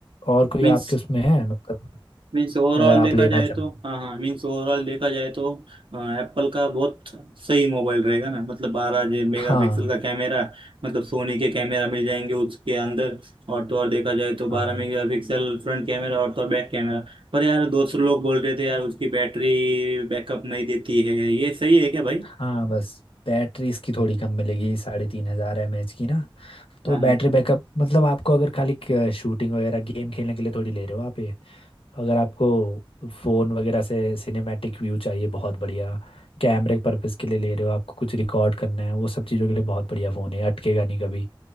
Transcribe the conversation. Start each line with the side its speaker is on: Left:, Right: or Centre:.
Left: और कोई
Right: मीन्स
Left: आपके उसमें है मतलब
Right: मीन्स ओवरऑल
Left: अगर आप
Right: देखा
Left: लेना
Right: जाए
Left: चाहो
Right: तो
Left: तो।
Right: हाँ हाँ मीन्स ओवरऑल देखा जाए तो एप्पल का बहुत सही मोबाइल रहेगा ना मतलब बारह जी मेगा
Left: हाँ
Right: पिक्सल का कैमरा मतलब सोनी के कैमरा मिल जाएंगे उसके अंदर और तो और देखा जाए तो बारह
Left: हाँ
Right: मेगा पिक्सल फ्रंट कैमरा और तो और बैक कैमरा पर यार दोस्त लोग बोल रहे थे यार उसकी बैटरी बैकअप नहीं देती है ये सही है क्या भाई
Left: हाँ बस बैटरी इसकी थोड़ी कम मिलेगी साढ़े तीन हजार एम एच की ना तो
Right: हाँ
Left: बैटरी
Right: हाँ
Left: बैकअप मतलब आपको अगर खाली शूटिंग वगैरह गेम खेलने के लिए थोड़ी ले रहे हो आप ये अगर आपको फोन वगैरह से सिनेमैटिक व्यू चाहिए बहुत बढ़िया कैमरे पर्पस के लिए ले रहे हो आपको कुछ रिकॉर्ड करना है वो सब चीज़ों के लिए बहुत बढ़िया फ़ोन है अटकेगा नहीं कभी